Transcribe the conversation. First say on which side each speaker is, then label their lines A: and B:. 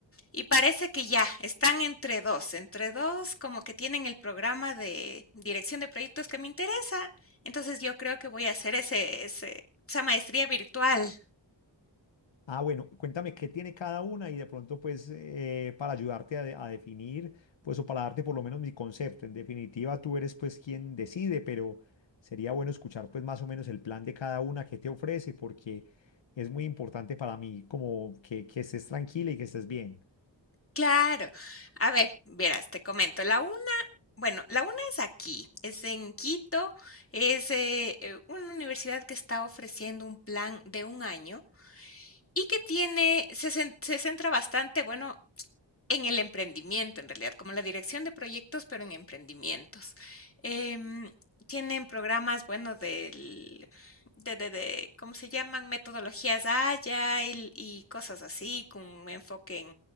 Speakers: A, on the left; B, on the left.
A: y parece que ya están entre dos, entre dos como que tienen el programa de dirección de proyectos que me interesa. Entonces yo creo que voy a hacer ese, ese, esa maestría virtual.
B: Ah, bueno, cuéntame qué tiene cada una y de pronto pues eh, para ayudarte a, de- a definir, pues o para darte por lo menos mi concepto. En definitiva, tú eres pues quien decide, pero sería bueno escuchar pues más o menos el plan de cada una que te ofrece porque es muy importante para mí como que, que estés tranquila y que estés bien.
A: Claro. A ver, verás, te comento. La UNA, bueno, la UNA es aquí, es en Quito, es eh, eh, una universidad que está ofreciendo un plan de un año y que tiene, se, cen- se centra bastante, bueno, en el emprendimiento, en realidad, como la dirección de proyectos, pero en emprendimientos. Em, tienen programas, bueno, del de de de, ¿cómo se llaman? Metodologías Agile y cosas así, con un enfoque en